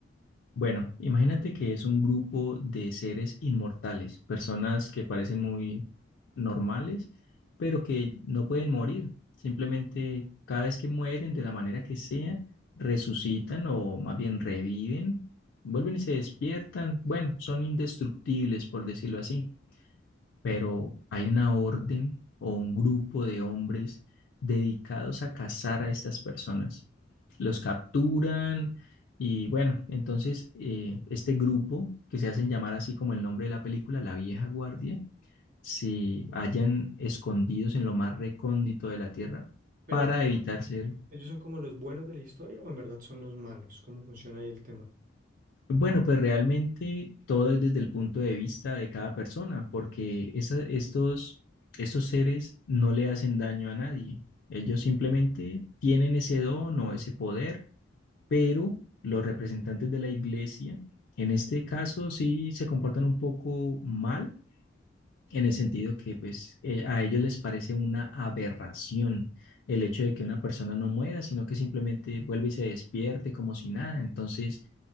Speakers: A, on the left (about 70°); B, on the right (about 45°).
A: Bueno, imagínate que es un grupo de seres inmortales, personas que parecen muy normales, pero que no pueden morir. Simplemente cada vez que mueren, de la manera que sea, resucitan o más bien reviven, vuelven y se despiertan. Bueno, son indestructibles, por decirlo así pero hay una orden o un grupo de hombres dedicados a cazar a estas personas. Los capturan y bueno, entonces eh, este grupo, que se hacen llamar así como el nombre de la película, La Vieja Guardia, se hallan escondidos en lo más recóndito de la tierra
B: Pero,
A: para evitar ser
B: ¿ellos son como los buenos de la historia o en verdad son los malos? ¿Cómo funciona ahí el tema?
A: Bueno, pues realmente todo es desde el punto de vista de cada persona, porque esa- estos, estos seres no le hacen daño a nadie. Ellos simplemente tienen ese don o ese poder, pero los representantes de la iglesia, en este caso, sí se comportan un poco mal, en el sentido que pues eh, a ellos les parece una aberración el hecho de que una persona no muera, sino que simplemente vuelve y se despierte como si nada. Entonces